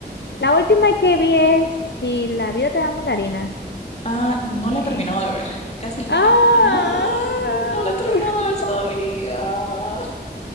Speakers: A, on the left; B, on the left.
A: la última que vi es Si la vida te da mandarina.
B: Ah, no la
A: eh,
B: he terminado de ver. <laughs> Casi la
A: ¡Ah!
B: he terminado. Ay,
A: <laughs>
B: no la he terminado de ver todavía.